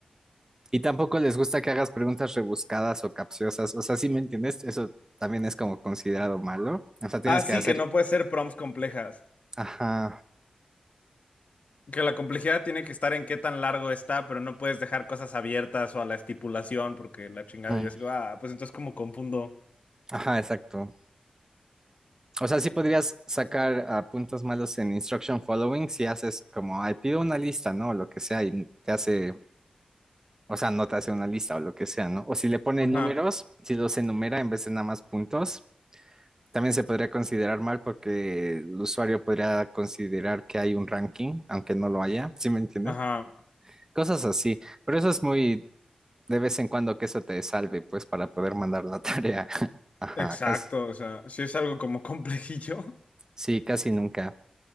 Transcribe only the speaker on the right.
Y tampoco les gusta que hagas preguntas rebuscadas o capciosas. O sea, si me entiendes? Eso también es como considerado malo. O sea, tienes
que hacer,
ajá.
ujú.
Ajá, exacto. O sea, sí podrías sacar ah, puntos malos en instruction following si haces como, ay, pido una lista, ¿no? O lo que sea, y te hace, o sea, no te hace una lista o lo que sea, ¿no? O si le pone
números, si los enumera en vez de nada más puntos, también se podría considerar mal porque el usuario podría considerar que hay un ranking, aunque no lo haya, ¿sí me entiendes?
Cosas así. Pero eso es muy de vez en cuando que eso te salve, pues, para poder mandar la tarea. <laughs> Ajá,
casi,
sí, casi nunca.